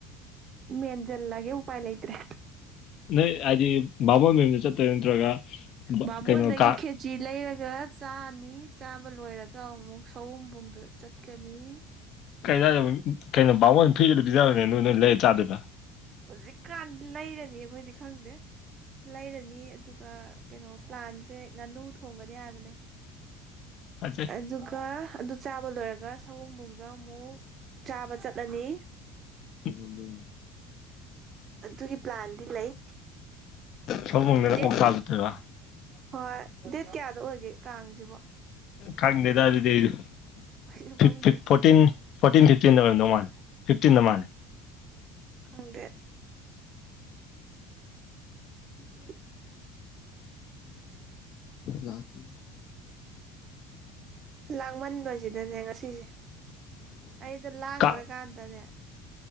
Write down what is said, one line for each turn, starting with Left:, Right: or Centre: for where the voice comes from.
Right: ꯃꯦꯟꯁꯤꯜꯂꯒꯦ ꯎꯄꯥꯏ ꯂꯩꯇ꯭ꯔꯦ꯫
Left: ꯅꯣꯏ ꯍꯥꯏꯗꯤ ꯕꯥꯕꯣꯟ ꯃꯌꯨꯝꯗ ꯆꯠꯇ꯭ꯔ ꯅꯠꯇ꯭ꯔꯒ
Right: ꯕꯥꯃꯣꯟꯗꯒꯤ
Left: ꯀꯩꯅꯣ ꯀꯥꯡ
Right: ꯈꯦ ꯎꯆꯤ ꯂꯩꯔꯒ ꯆꯥꯅꯤ ꯆꯥꯕ ꯂꯣꯏꯔꯒ ꯑꯃꯨꯛ ꯁꯑꯣꯨꯝꯕꯨꯡꯗ ꯆꯠꯀꯅꯤ꯫
Left: ꯀꯗ ꯀꯩꯅꯣ ꯕꯥꯕꯣꯟ ꯐ꯭ꯔꯤꯗꯣ ꯄꯤꯖꯔꯕꯅꯦ ꯅꯣꯏ ꯅꯣꯏ ꯂꯩꯔ ꯆꯥꯗꯣꯏꯕ꯫
Right: ꯍꯧꯖꯤꯛꯀꯥꯟ ꯂꯩꯔꯅꯤ ꯑꯈꯣꯏꯗꯤ ꯈꯪꯗꯦ꯫ ꯂꯩꯔꯅꯤ ꯑꯗꯨꯒ ꯀꯩꯅꯣ ꯄ꯭ꯂꯥꯟꯁꯦ ꯉꯥꯅꯨ ꯊꯣꯡꯒꯅꯤ ꯍꯥꯏꯕꯅꯦ
Left: ꯐꯖꯩ
Right: ꯑꯗꯨꯒ ꯑꯗꯨ ꯆꯥꯕ ꯂꯣꯏꯔꯒ ꯁꯒꯣꯕꯨꯡꯗ ꯑꯃꯨꯛ ꯆꯥꯕ ꯆꯠꯂꯅꯤ꯫
Left: ꯎꯝ
Right: ꯑꯗꯨꯒꯤ ꯄ꯭ꯂꯥꯟꯗꯤ ꯂꯩ꯫
Left: ꯁꯑꯣꯕꯨꯡꯗꯅ
Right: ꯗꯦꯠ
Left: ꯑꯣꯛ ꯆꯥ ꯆꯠꯇꯣꯏꯕ
Right: ꯍꯣꯏ ꯗꯦꯠ ꯀꯌꯥꯗ ꯑꯣꯏꯒꯦ ꯀꯥꯡꯁꯤꯕꯣ꯫
Left: ꯀꯪꯗꯦꯗ ꯑꯗꯨꯗꯤ <unintelligible>
Right: ꯑꯩꯁꯨ ꯈꯪꯗꯦ
Left: ꯐꯣꯔꯇꯤꯟ ꯐꯣꯔꯇꯤꯟ ꯐꯤꯞꯇꯤꯟꯗ ꯑꯣꯏꯝꯗꯧ ꯃꯥꯂꯦ ꯐꯤꯞꯇꯤꯟꯗ ꯃꯥꯜꯂꯦ꯫
Right: ꯈꯪꯗꯦ <unintelligible>
Left: ꯂꯥꯛꯀꯤ
Right: ꯂꯥꯡꯃꯟꯕꯁꯤꯗꯅꯦ ꯉꯁꯤꯁꯦ ꯑꯩꯗꯣ ꯂꯥꯡꯗ꯭ꯔꯀꯥꯟꯗꯅꯦ꯫
Left: ꯀꯥꯡ